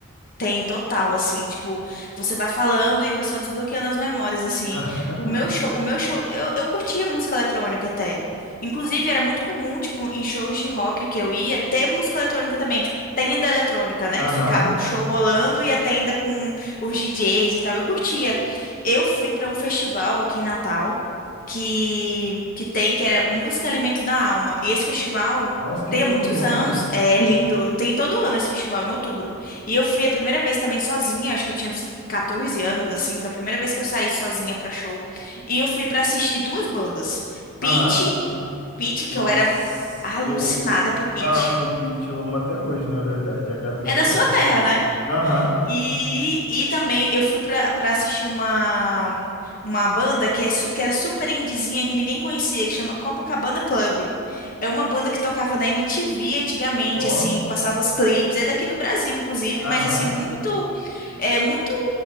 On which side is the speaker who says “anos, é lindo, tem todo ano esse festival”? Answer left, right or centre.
Left